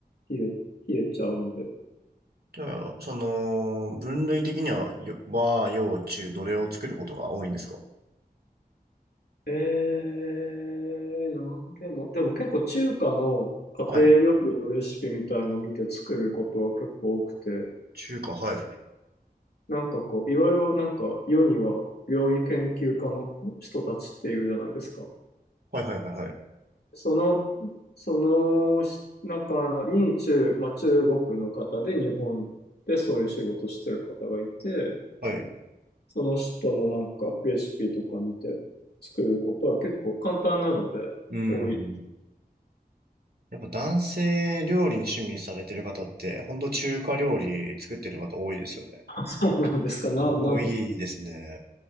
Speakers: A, on the left; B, on the right.
A: 冷え、冷えちゃうので。
B: じゃあ、その、分類的には、よ和、洋、中、どれを作ることが多いんですか
A: ええなんでも、でも結構中華の家庭料理のレシピみたいの見て作ることは結構多くて、
B: はい。中華、はい。
A: なんかこう、いろいろなんか世には料理研究家の人たちっているじゃないですか。
B: はいはいはいはい。
A: その、その中に中、まあ、中国の方で日本でそういう仕事してる方がいて、
B: はい。
A: その人のなんかレシピとか見て作ることは結構簡単なので多い。
B: うん。やっぱ男性料理に趣味されてる方って、ほんと中華料理作ってる方多いですよね。
A: <laughs> そうなんですか。な、
B: 多いですね。
A: なん